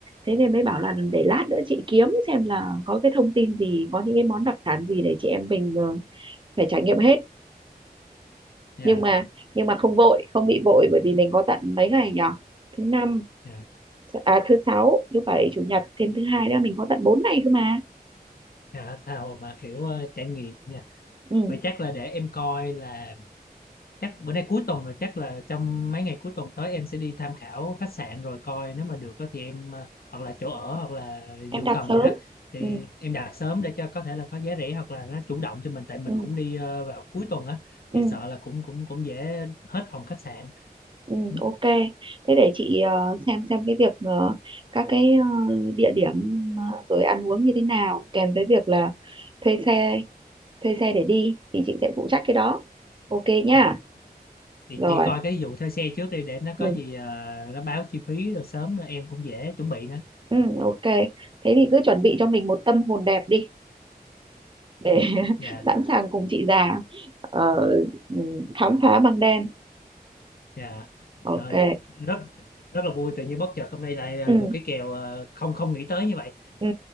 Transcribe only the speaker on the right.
thế nên mới bảo là để lát nữa chị kiếm xem là có cái thông tin gì có những cái món đặc sản gì để chị em mình ờ, phải trải nghiệm hết
nhưng mà nhưng mà không vội không bị vội bởi vì mình có tận mấy ngày nhỉ thứ năm
à thứ sáu thứ bảy chủ nhật thêm thứ hai nữa mình có tận 4 ngày cơ mà
ừ
em
đặt
sớm
ừ
ừ,
ừ,
ừ,
ok thế để chị ờ, xem xem cái việc ờ, các cái ờ, địa điểm ờ, rồi ăn uống như thế nào kèm với việc là thuê xe thuê xe để đi thì chị sẽ phụ trách cái đó ok nhá
rồi
ừ,
ừ, ok thế thì cứ chuẩn bị cho mình một tâm hồn đẹp đi để <laughs>
sẵn sàng cùng chị già ờ, ừ, khám phá băng đen
ok
ừ
ừ,